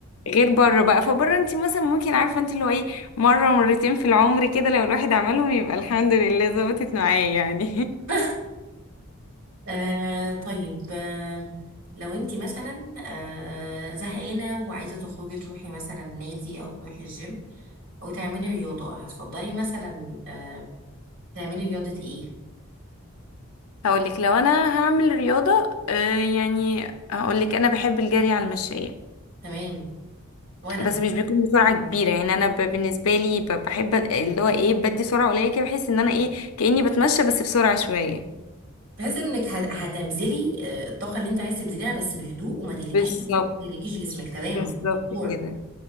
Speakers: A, on the left; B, on the right.
A: غير بره بقى فبره انت مثلا ممكن عارفة انت اللي هو ايه مرة مرتين في العمر كده لو الواحد عملهم يبقى الحمد لله ظبطت معاه يعني
B: <laughs> آه طيب آه لو انت مثلا آه زهقانة وعايزة تخرجي تروحي مثلا نادي او تروحي الجيم او تعملي رياضة هتفضلي مثلا آه تعملي رياضة ايه
A: <laughs> هقولك لو انا هعمل رياضة آه يعني هقولك انا بحب الجري على المشاية
B: تمام وانا
A: بس مش بيكون بسرعة كبيرة يعني انا ب- بالنسبة لي ب- بحب اللي هو ايه بدي سرعة قليلة كده بحس ان انا ايه كأني بتمشى بس بسرعة شوية
B: بحيث انك هت- هتبذلي آه الطاقة اللي انت عايز تبذليها بس بهدوء وما تهلكيش
A: بالظبط
B: نفسك وما تهلكيش جسمك تمام
A: بالظبط
B: دكتور
A: كده